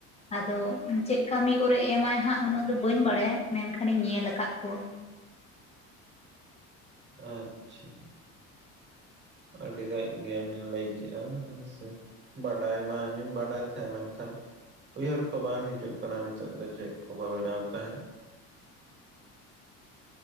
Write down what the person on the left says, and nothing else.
ᱟᱫᱚ ᱪᱮᱫ ᱠᱟᱹᱢᱤ ᱠᱚᱨᱮ ᱮᱢᱟᱭ ᱦᱟᱸᱜ ᱩᱱᱟᱹᱜ ᱫᱚ ᱵᱟᱹᱧ ᱵᱟᱲᱟᱭᱟ ᱢᱮᱱᱠᱷᱟᱱᱤᱧ ᱧᱮᱞ ᱟᱠᱟᱫ ᱠᱚᱣᱟ᱾